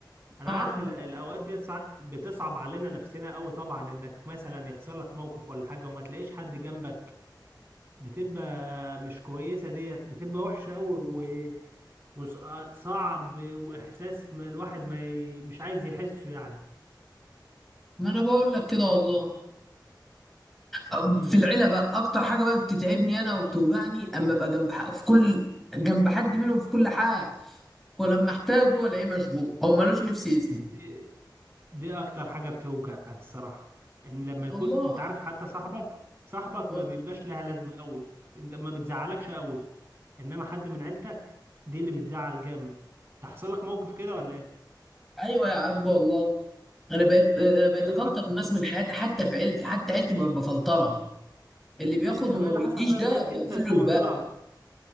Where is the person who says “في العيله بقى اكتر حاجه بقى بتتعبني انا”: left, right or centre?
Centre